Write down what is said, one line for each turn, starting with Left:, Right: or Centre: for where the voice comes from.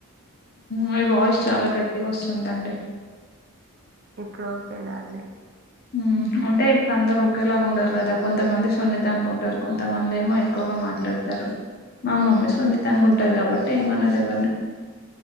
Left: మీ వాయిస్ చాలా గట్టిగా వస్తుందండి
Right: ఇప్పుడు ఓకేనా అండి
Left: ఉహ్ అంటే ఇప్పుడు అందరు ఒకేలాగా ఉండరు కదా కొంతమంది సున్నితంగా ఉంటారు కొంతమంది ఏమో ఎక్కువగా మాట్లాడతారు మా మమ్మీ సున్నితంగ ఉంటు ఉంటది కాబట్టి ఏమన్నది ఎవరిని